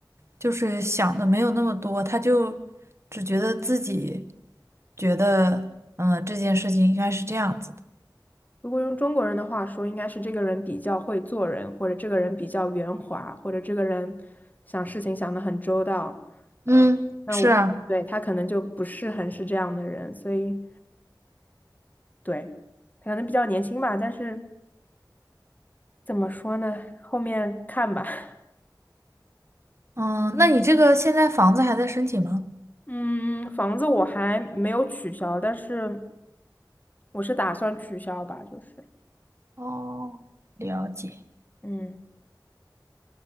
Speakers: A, on the right; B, on the left.
A: 就是想的没有那么多，他就只觉得自己觉得，嗯，这件事情应该是这样子的。
B: 如果用中国人的话说，应该是这个人比较会做人，或者这个人比较圆滑，或者这个人想事情想得很周到。
A: 嗯，
B: 嗯，那我对他可能就不是很是这样的人，
A: 是啊，
B: 所以对他可能比较年轻吧。但是怎么说呢？后面看吧。<laughs>
A: 嗯，那你这个现在房子还在申请吗？
B: 嗯，房子我还没有取消，但是我是打算取消吧，就是
A: 哦，了解，
B: 嗯。